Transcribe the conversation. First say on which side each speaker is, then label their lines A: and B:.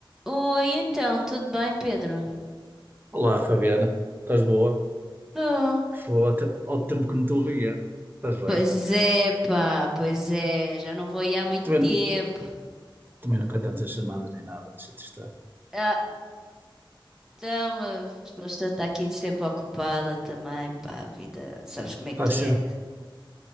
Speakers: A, in the centre; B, on the right.
A: Oi, então, tudo bem, Pedro?
B: Olá, Fabiana. Estás boa?
A: Tô.
B: Foi até ao tempo que não te ouvia. Estás bem?
A: Pois é, pá, pois é, já não vou ir há muito
B: Também,
A: tempo.
B: também nunca tantas chamadas nem nada, deixa-te estar.
A: Ah, então, a pessoa está aqui sempre ocupada também, pá, a vida, sabes como é que
B: Está cedo.
A: é?